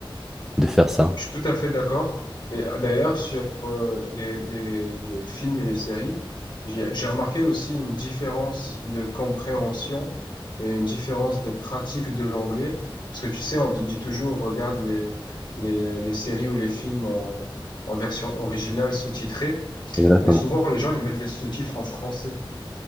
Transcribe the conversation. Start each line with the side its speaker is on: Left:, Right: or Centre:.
Centre: de faire ça.
Left: Je suis tout à fait d'accord. Et euh, d'ailleurs, sur euh, les, les- les films et les séries, j'ai j'ai remarqué aussi une différence de compréhension et une différence de pratique de l'anglais. Parce que tu sais, on te dit toujours, regarde les, les, les séries ou les films en, en version originale sous-titrée.
Centre: Exactement.
Left: Mais souvent, les gens, ils mettent les sous-titres en français.